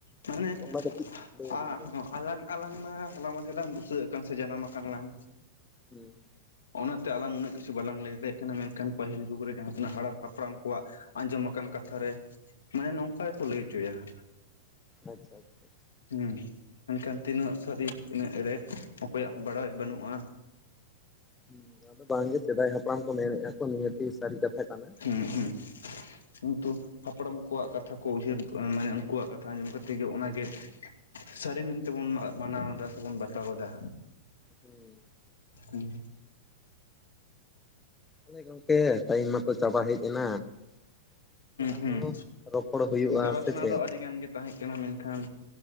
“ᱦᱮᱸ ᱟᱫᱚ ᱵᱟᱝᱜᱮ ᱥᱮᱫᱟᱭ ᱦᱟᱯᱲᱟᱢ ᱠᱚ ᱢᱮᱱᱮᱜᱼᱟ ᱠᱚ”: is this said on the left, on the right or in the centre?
Left